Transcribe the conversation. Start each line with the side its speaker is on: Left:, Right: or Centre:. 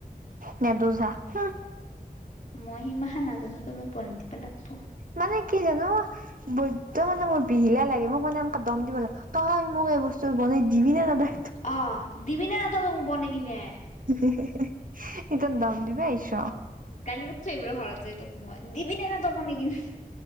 Right: নেদো যা উ
Left: মই সিমাহা নাজানোতো তই মোক বনী দিবা লাগব।
Right: মানে কি জানো বৈদ্য মানে মোৰ বিহিলা লাগে মোক মানে এনেক দম দিব লাগে। তই মোক এই বস্তু বনাই দিবি নে নেদ
Left: অ, দিবি নে ন তই ত মোক বনাই কিনে।
Right: হু হু হু এতিয়া দম দিব আহিছ।
Left: গালি পাৰছে এইবোৰ ভৰাত যায় তোক মই দিবি নে নেদ বনে কিনে।